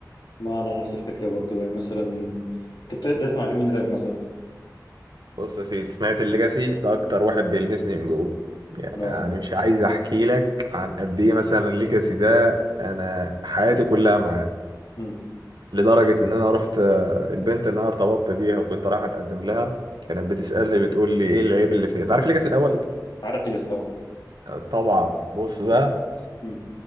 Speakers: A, on the left (about 80°); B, on the right (about 80°).
A: ما انا نفس الفكره برضو يعني مثلا انت بت- بتسمع مين راب مثلا؟
B: بص يا سيدي سمعت الليجاسي ده اكتر واحد بيلمسني من جوه
A: اه
B: يعني مش عايز احكي لك عن قد ايه مثلا الليجاسي ده انا حياتي كلها معاه
A: امم
B: لدرجه ان انا رحت آه، البنت اللي انا ارتبطت بيها وكنت رايح اتقدم لها كانت بتسالني بتقول لي ايه العيب اللي فيا انت عارف الليجاسي الاول
A: عارف ليجاسي طبعا
B: آه، طبعا بص بقى
A: مم. مم.